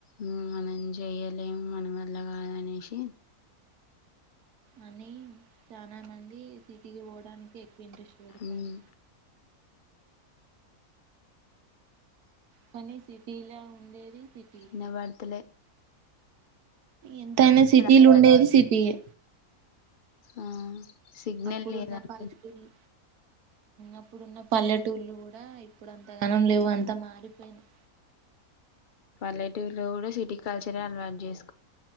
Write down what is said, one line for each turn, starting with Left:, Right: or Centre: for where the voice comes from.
Left: ఉమ్ మనం జేయ్యలేం మనవల్ల గాదనేసి
Right: అని చానా మంది సిటీకి పోవడానికే ఎక్కువ ఇంట్రెస్ట్ పెడతారు
Left: ఉమ్,
Right: కాని సిటీలా ఉండేది సిటీకే
Left: ఇనబడ్తలే
Right: ఎంతయినా సిటీల
Left: అక్కడ
Right: ఉండేది సిటీయే
Left: ఆ సిగ్నల్
Right: అప్పుడున్న
Left: లేదనుకుం
Right: పల్లెటూళ్లు అప్పుడున్న పల్లెటూళ్ళు గూడా ఇప్పుడు అంతగానం లేవు అంత మారిపోయినయ్
Left: పల్లెటూరులో గూడా సిటీ కల్చరే అలవాటు జెస్